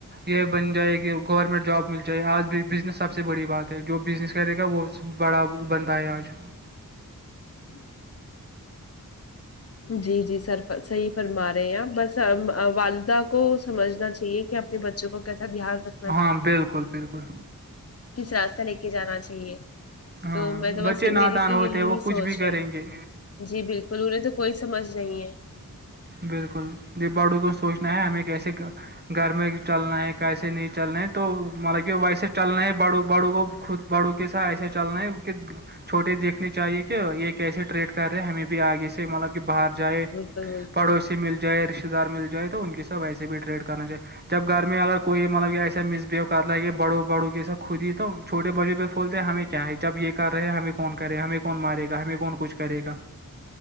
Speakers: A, on the right; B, on the left.
A: یہ بن جائے کہ گورنمنٹ جاب مل جائے آ بھی بزنس سب سے بڑی بات ہے جو بزنس کرے گا وہ بڑا بنندتا ہے آج
B: ہٹ <inaudible> ج <inaudible> جی جی سر صحیح فرما رہے ہیں بس والدہ کو سمجھنا چاہیے کہ آپ بچوں کو کیسا دھیان ر
A: ہاں بالکل بالکل
B: کس راسہ لے کے جانا چاہیے
A: ہاں
B: تو میں تو
A: بچے
B: بس
A: نادان
B: میری تو
A: ہوتے
B: یہی
A: ہیں وہ کچھ
B: سوچ
A: بھی کریں
B: ہے
A: گے
B: جی بالکل ضوری تو کوئی سمج نہیں ہے
A: بالکل یہ بڑوں کو سوچنا ہے ہمیں کیسے گھر میں چلنا ہے کیس نہیں چل رہ تو مطلب کہ ویسے چلنا ہیں بڑو بڑوں کو خود بڑو کے ساتھ ایسے چلنا ہے کی کہہ چھٹے دیکھنی چاہیے کہ یہ کیسے ٹریڈ کر رہے ہیں ہمیں بھی آگے سے مطلب کہ باہر جائے
B: کوئی کوئی
A: پڑوسی مل جائے رشتے دار مل جائے تو ان کے ساتھ وسے بھی ٹریڈ کرنا چائےے جب گھر میں اگر کوئی مطلب ایساسہیو کر لگے بڑو بڑو کیسا خود ہی تو چھوٹے بڑچے پہ کھولتے ہیں ہمیں کیا ہے جب یہ کر رہے ہیں ہمیں کون کر رہے ہمیں کون مارے گا ہمیں کون کچھ کرے گا